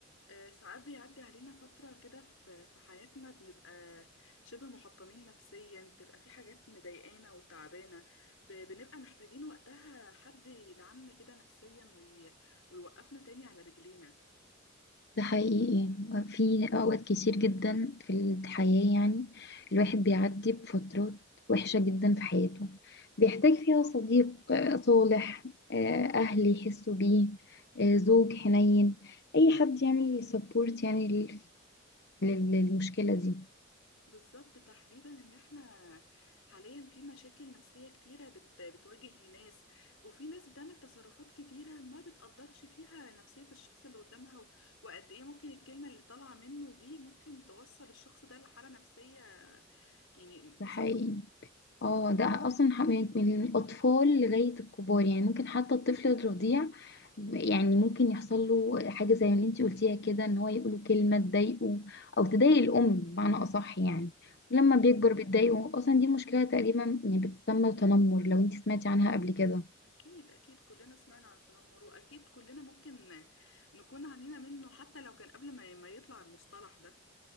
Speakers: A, on the left (about 85°); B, on the left (about 55°).
A: آه، ساعات بيعدي علينا فترة كده في في حياتنا بنبقى شبه محطمين نفسيا بتبقى في حاجات مضايقانا وتعبانة ب- بنبقى محتاجين وقتها حد يدعمنا كده نفسيا وي... ويوقفنا تاني على رجلينا
B: ده حقيقي في أوقات كتير جدا في الحياة يعني الواحد بيعدي بفترات وحشة جدا في حياته بيحتاج فيها صديق آه، صالح آه، أهل يحسوا بيه آه، زوج حنين أي حد يعمل سبورت يعني لل- لل- للمشكلة دي
A: بالظبط تحديدا ان احنا حاليا في مشاكل نفسية كتيرة بت بتواجه الناس وفي ناس بتعمل تصرفات كتيرة ما بتقدرش فيها نفسية الشخص اللي قدامها و- وقد ايه ممكن الكلمة اللي طالعة منه دي ممكن توصل الشخص ده لحالة نفسية يعني
B: ده
A: صعبة
B: حقيقي اه ده اصلا ح- من من الاطفال لغايه الكبار يعني ممكن حتى الطفل الرضيع يعني ممكن يحصل له حاجه زي اللي انتي قلتيها كده ان هو يقوله كلمه تضايقه او تضايق الام بمعنى اصح يعني لما بيكبر بتضايقه اصلا دي مشكله تقريبا يعني بتسمى تنمر لو انتي سمعتي عنها قبل كده
A: أكيد أكيد كلنا سمعنا عن التنمر وأكيد كلنا ممكن نكون عانينا منه حتى لو كان قبل ما ما يطلع المصطلح ده